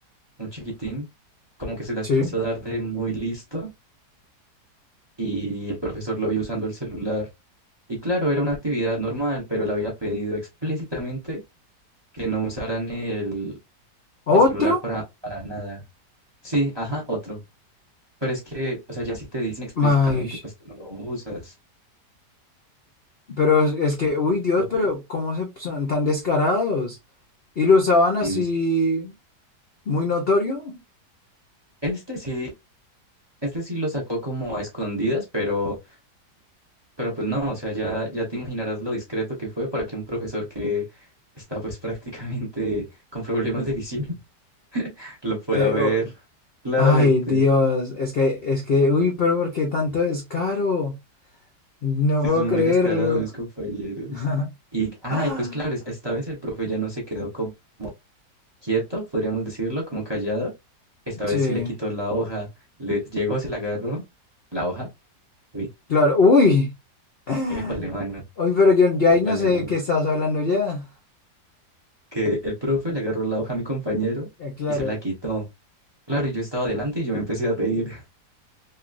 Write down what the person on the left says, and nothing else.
Sí.
¿Otro?
Ay,
Pero es, es
que,
uy,
Dios,
pero ¿cómo se son tan descarados? Y lo usaban así
muy notorio.
Te-
o-
ay, Dios, es que, es que, uy, pero ¿por qué tanto descaro? No
puedo
creerlo.
<laughs>
Ah,
Sí,
claro, uy. <laughs>
Uy, pero yo ya
ahí no sé de
qué estás hablando ya.
Eh, claro,